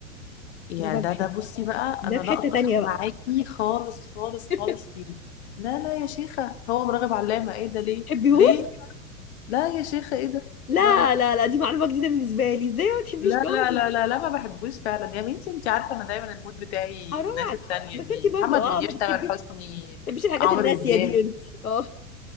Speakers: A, on the left; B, on the left.
A: يا
B: ده بقى
A: ده
B: بحبه
A: ده بصي بقى
B: ده
A: انا
B: في
A: لا
B: حته
A: اتفق
B: تانية بقى
A: معاكي خالص خالص
B: <laughs>
A: خالص فيه لا لا يا شيخه هو مراغب علامه ايه ده ليه
B: تحبيهوش
A: ليه لا يا شيخه ايه ده
B: لا
A: لا لا
B: لا لا دي معلومه جديده بالنسبه لي ازاي ما تحبيش
A: لا
B: كاظم
A: لا لا لا لا ما بحبوش فعلا يا بنتي انت عارفه انا دايما المود بتاعي
B: حرام
A: الناس
B: عليك
A: التانية
B: بس
A: دي
B: انت برضو
A: محمد
B: اه
A: منير
B: ما
A: تامر
B: بتحبيش
A: حسني
B: ما بتحبيش الحاجات
A: عمرو
B: الراسيه
A: دياب
B: دي انت اه